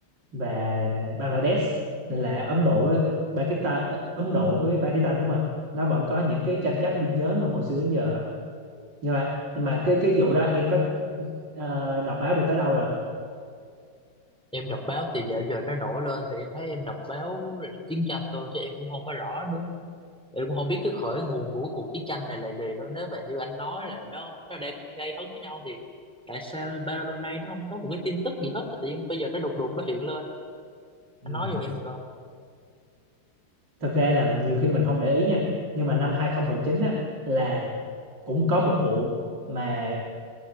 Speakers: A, on the right; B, in the centre.
A: và Bangladesh nên là Ấn Độ với Pakistan ờ, Ấn Độ với Pakistan đúng rồi nó vẫn có những cái tranh chấp biên giới mà hồi xưa đến giờ á. nhưng mà nhưng mà
B: dạ.
A: cái cái vụ đó em có ờ, đọc báo được tới đâu rồi
B: em đọc báo thì dạo giờ nó nổi lên thì em thấy em đọc báo là chiến tranh thôi chứ em cũng không có rõ nữa em cũng không biết cái khởi nguồn của cái cuộc chiến tranh này là gì nữa nếu mà như anh nói là nó nó đã gây hấn với nhau thì tại sao bao lâu nay nó không có một cái tin tức gì hết mà tự nhiên bây giờ nó đùng đùng nó hiện lên
A: ừ.
B: anh nói giùm em được không
A: thật ra là nhiều khi mình không để ý nha nhưng mà năm 2019 á là cũng có một vụ mà